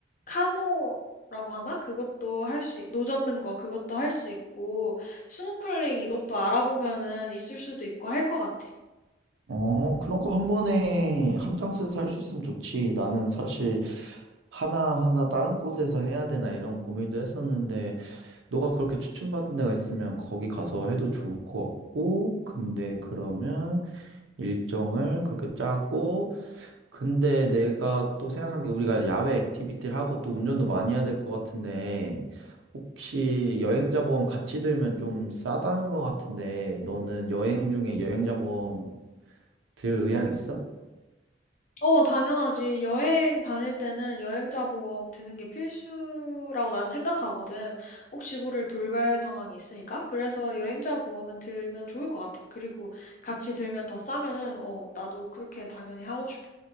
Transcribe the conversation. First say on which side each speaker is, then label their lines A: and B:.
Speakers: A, on the left; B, on the right.
A: 카노 라고 하나? 그것도 할 수, 있- 노젓는 거 그것도 할 수 있고, 스노클링 이것도 알아보면은 있을 수도 있고 할 것 같아.
B: 어, 그런 거 한 번에 한 장소에서 할 수 있으면 좋지. 나는 사실 하나하나 다른 곳에서 해야 되나 이런 고민도 했었는데, 너가 그렇게 추천받은 데가 있으면 거기 가서 해도 좋을 것 같고, 근데 그러면 일정을 그렇게 짜고, 근데 내가 또 생각한 게 우리가 야외 액티비티를 하고 또 운전도 많이 해야 될 것 같은데, 혹시 여행자 보험 같이 들면 좀 싸다는 것 같은데, 너는 여행 중에 여행자 보험 들 의향 있어?
A: 어, 당연하지. 여행 다닐 때는 여행자 보험 드는 게 필수라고 난 생각하거든. 혹시 모를 돌발 상황이 있으니까. 그래서 여행자 보험은 들면 좋을 것 같아. 그리고 같이 들면 더 싸면은, 어, 나도 그렇게 당연히 하고 싶어.